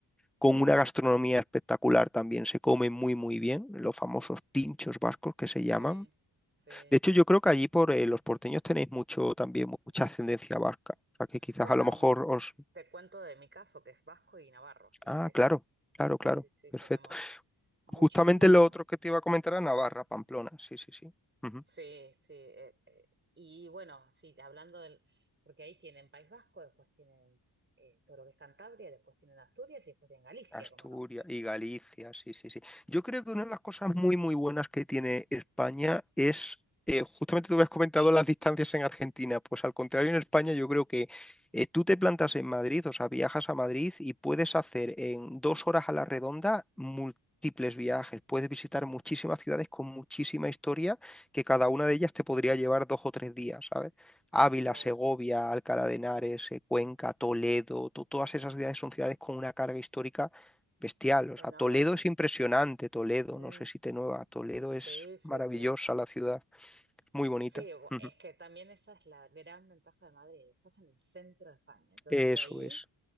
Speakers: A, in the centre; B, on the right.
A: con una gastronomía espectacular también, se come muy, muy bien, los famosos pinchos vascos que se
B: Sí,
A: llaman
B: sí.
A: de hecho, yo creo que allí por eh, los porteños tenéis mucho también, mu- mucha ascendencia vasca. O sea, que quizás
B: Bueno,
A: a lo mejor
B: mm,
A: os...
B: te cuento de mi caso, que es vasco y navarro, así
A: Ah,
B: que sí,
A: claro, claro, claro.
B: Sí, sí, sí,
A: Perfecto.
B: tenemos muchísimo.
A: Justamente
B: Bueno,
A: lo otro que te iba a comentar era Navarra, Pamplona. Sí, sí, sí. Ujú.
B: sí, sí. eh, eh, y bueno, sí, hablando del. Porque ahí tienen País Vasco, después tienen eh, todo lo que es Cantabria, después tienen Asturias y después tienen Galicia
A: Asturias
B: como norte.
A: y Galicia, sí, sí, sí. Yo creo que una de las cosas muy, muy buenas que tiene España es, eh, justamente tú habías comentado las distancias en Argentina, pues al contrario en España yo creo que eh, tú te plantas en Madrid, o sea, viajas a Madrid y puedes hacer en dos horas a la redonda múltiples viajes, puedes visitar muchísimas ciudades con muchísima historia que cada una de ellas te podría llevar dos o tres días, ¿sabes? Ávila,
B: Claro,
A: Segovia, Alcalá de Henares, eh, Cuenca, Toledo, to- todas esas ciudades son ciudades con una carga histórica bestial. O
B: enorme.
A: sea, Toledo es impresionante, Toledo,
B: Mm,
A: no sé si te nueva, Toledo
B: sí,
A: es
B: sí,
A: maravillosa
B: sí.
A: la ciudad, muy bonita.
B: Sí, bu-
A: Ujú.
B: es que también esa es la gran ventaja de Madrid. Estás en el centro de España, entonces
A: Eso
B: de ahí
A: es.